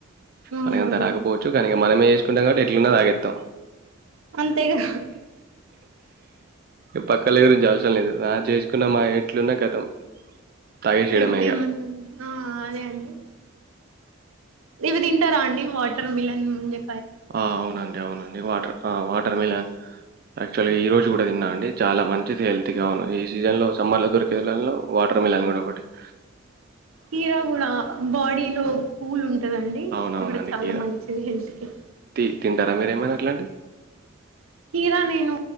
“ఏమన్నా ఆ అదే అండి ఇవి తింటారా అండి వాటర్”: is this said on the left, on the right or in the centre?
Right